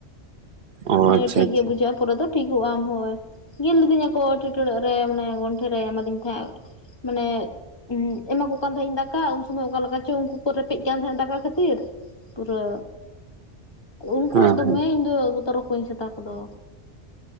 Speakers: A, on the right (about 50°); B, on the left (about 20°).
A: ᱚ
B: ᱢᱟᱱᱮ
A: ᱟᱪᱪᱷᱟ
B: ᱴᱷᱤᱠ
A: ᱟᱪᱪᱷᱟ
B: ᱜᱮ ᱵᱩᱡᱷᱟᱹᱜᱼᱟ ᱾ ᱛᱟᱨᱯᱚᱨᱮ ᱫᱚ ᱴᱷᱤᱠᱚᱜ ᱟᱢ ᱦᱳᱭ, ᱜᱮᱨ ᱞᱤᱫᱤᱧᱟᱠᱚ ᱴᱷᱤᱴᱲᱟᱹᱜ ᱨᱮ ᱢᱟᱱᱮ ᱜᱚᱱᱴᱷᱮ ᱨᱮ ᱮᱢᱟᱫᱤᱧ ᱛᱟᱦᱮᱸᱜ᱾ ᱢᱟᱱᱮ ᱮᱢᱟ ᱠᱚ ᱠᱟᱱ ᱛᱟᱦᱮᱸ ᱤᱧ ᱫᱟᱠᱟ, ᱩᱱ ᱥᱚᱢᱚᱭ ᱚᱠᱟ ᱞᱮᱠᱟ ᱪᱚ ᱩᱱᱠᱩ ᱠᱚ ᱨᱮᱯᱮᱡ ᱠᱟᱱ ᱛᱟᱦᱮᱸᱫ ᱫᱟᱠᱟ ᱠᱷᱟᱹᱛᱤᱨ᱾ ᱯᱩᱨᱟᱹ ᱩᱱ ᱠᱷᱚᱡ
A: ᱦᱮᱸ
B: ᱫᱚᱢᱮ
A: ᱦᱮᱸ
B: ᱤᱧᱫᱚ ᱵᱚᱛᱚᱨ ᱟᱠᱚᱣᱟᱧ ᱥᱮᱛᱟ ᱠᱚᱫᱚ᱾